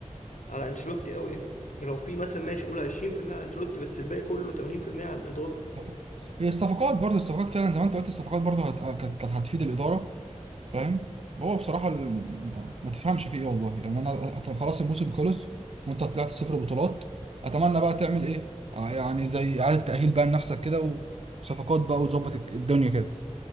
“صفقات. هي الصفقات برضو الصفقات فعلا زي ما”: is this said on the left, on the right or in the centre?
Right